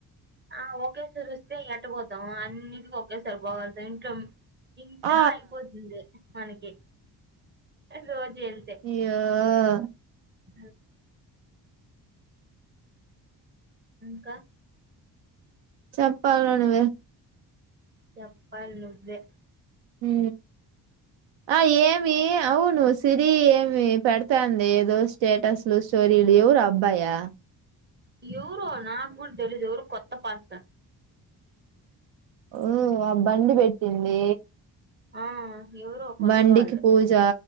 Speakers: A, on the right (about 25°); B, on the right (about 75°).
A: హ ఒక్ ఒకటేసరోస్తే ఎట్ట బో ం అన్నింటికి ఒకేసారి పోగలుతాం ఇంట్లో ఇంట్లో
B: ఆ
A: ఐ పోతుంది మనకి రోజు
B: య్యొ
A: వెళ్తే ఆ ఇంకా
B: చెప్పాల్రా నువ్వే
A: చెప్పల్ నువ్వే
B: హు ఆ ఏమి అవును సిరి ఏమి పెడతాంది ఏదో స్టేటస్ స్టోరీలు ఎవరు అ బ్బాయా
A: ఎవరో నాగ్గుడ తెలియదు ఎవరో కొత్త పార్సన్
B: ఒ ఆ బండి పెట్టింది
A: ఆ ఎవరో కొత్త
B: బండికి
A: వాళ్ళు
B: పూజ